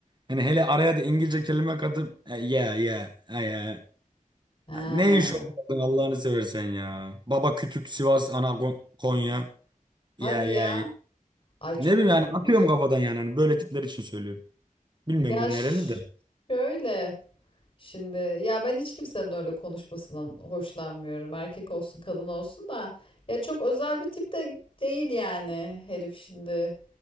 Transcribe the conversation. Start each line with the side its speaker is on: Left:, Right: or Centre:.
Right: hani hele araya da İngilizce kelime katıp e, ya ya e, ya
Left: Ha.
Right: ne iş olmadın Allah'ını seversen ya. Baba Kütük Sivas ana Kon- Konya
Left: Hadi
Right: ya ya
Left: ya.
Right: ya.
Left: Ay
Right: Ne
Left: çok
Right: bileyim
Left: komikmiş.
Right: yani atıyorum kafadan yani Hani böyle tipler için söylüyorum. Bilmiyorum
Left: Ya
Right: bu
Left: ş-
Right: nereli de.
Left: şöyle. Şimdi ya ben hiç kimsenin öyle konuşmasından hoşlanmıyorum. Erkek olsun, kadın olsun da ya çok özel bir tip de değil yani herif şimdi.